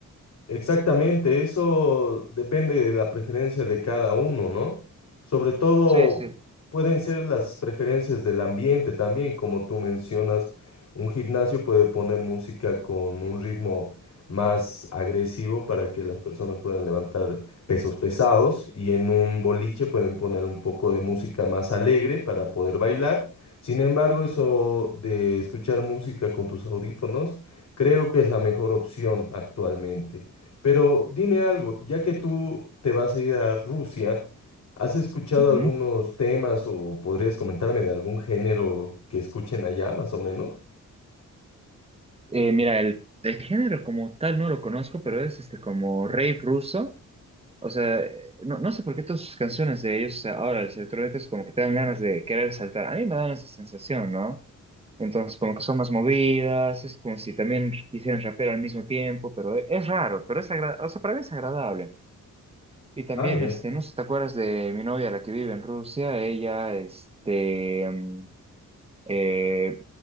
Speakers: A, on the left (about 60°); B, on the right (about 20°).
A: Exactamente, eso depende de la preferencia de cada uno, ¿no? Sobre todo
B: Sí, sí.
A: pueden ser las preferencias del ambiente también, como tú mencionas, un gimnasio puede poner música con un ritmo más agresivo para que las personas puedan levantar pesos pesados y en un boliche pueden poner un poco de música más alegre para poder bailar. Sin embargo, eso de escuchar música con tus audífonos, creo que es la mejor opción actualmente. Pero dime algo, ya que tú te vas a ir a Rusia, ¿has escuchado
B: Ujú.
A: algunos temas o podrías comentarme de algún género que escuchen allá, más o menos?
B: Eh, mira, el, el género como tal no lo conozco, pero es este como rave ruso. O sea, eh, no, no sé por qué todas sus canciones de ellos ahora, las electrónicas, como que te dan ganas de querer saltar. A mí me dan esa sensación, ¿no? Entonces, como que son más movidas, es como si también hicieran rapero al mismo tiempo, pero e- es raro, pero es agradable, o sea, para mí es agradable. Y también,
A: Ah, ya.
B: este, no sé si te acuerdas de mi novia, la que vive en Rusia, ella, este, mm, eh,